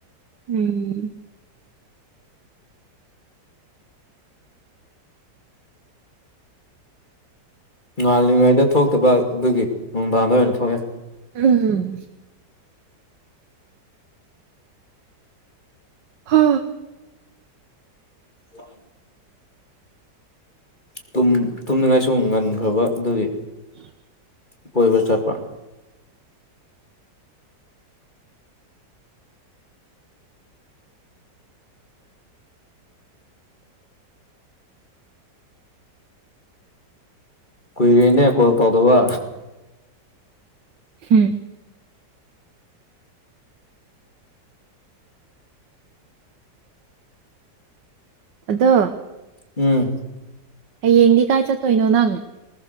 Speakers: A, on the right (about 80°); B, on the left (about 25°).
A: ꯎꯝ
B: ꯉꯥꯜꯂꯤꯉꯩꯗ ꯊꯣꯛꯇꯕ ꯑꯗꯨꯒꯤ ꯅꯨꯡꯗꯥꯡꯗ ꯑꯣꯏꯅ ꯊꯣꯛꯑꯦ
A: ꯎꯝ ꯍꯥ
B: ꯋꯥꯟ ꯇꯨꯝ ꯇꯨꯝꯅꯤꯡꯉꯥꯏꯁꯨ ꯉꯟꯈ꯭ꯔꯥꯕ ꯑꯗꯨꯒꯤ
A: <inaudible>
B: ꯀꯣꯏꯕ ꯆꯠꯄ ꯀꯨꯏꯔꯦꯅꯦ ꯀꯣꯜ ꯇꯧꯗꯕ
A: ꯍꯝ ꯑꯗꯣ
B: ꯎꯝ
A: ꯍꯥꯌꯦꯡꯗꯤ ꯀꯥꯏ ꯆꯠꯇꯣꯏꯅꯣ ꯅꯪ